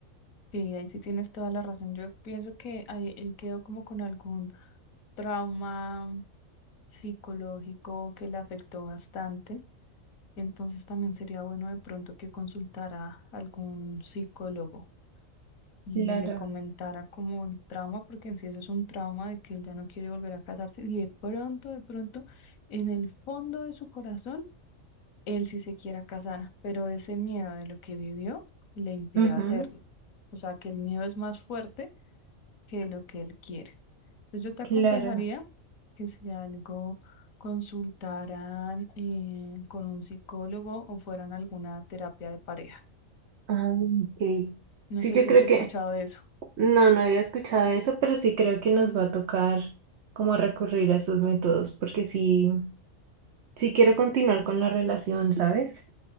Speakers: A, on the left; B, on the right.
A: Sí, ahí sí tienes toda la razón. Yo pienso que ahí él quedó como con algún trauma psicológico que le afectó bastante. Entonces también sería bueno de pronto que consultara a algún psicólogo. y
B: Claro.
A: le comentara como el trauma, porque en sí eso es un trauma de que él ya no quiere volver a casarse y de pronto, de pronto, en el fondo de su corazón, él sí se quiera casar, pero ese miedo de lo que vivió le impide
B: Ujú,
A: hacerlo. O sea, que el miedo es más fuerte que lo que él quiere. Entonces yo te
B: claro.
A: aconsejaría que si algo consultaran eh, con un psicólogo o fueran a alguna terapia de pareja.
B: Ah, ok.
A: No
B: Sí,
A: sé
B: yo
A: si
B: creo
A: has escuchado
B: que
A: de eso.
B: no, no había escuchado eso, pero sí creo que nos va a tocar como recurrir a esos métodos, porque sí, sí quiero continuar con la relación, ¿sabes?